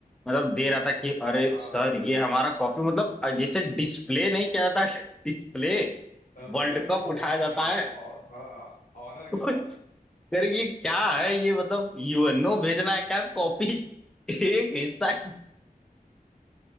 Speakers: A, in the centre; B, on the left.
A: मतलब दे रहा था कि अरे
B: हाँ
A: सर ये हमारा कॉपी मतलब जैसे डिस्प्ले नहीं किया जाता डिस्प्ले
B: अ,
A: वर्ल्ड
B: पूरे
A: कप उठाया
B: ऑनर
A: जाता
B: के साथ
A: है
B: ऑ- हाँ ऑनर
A: <laughs>
B: के साथ
A: कर ये क्या है ये मतलब यूएनओ भेजना है क्या कॉपी एक हिस्सा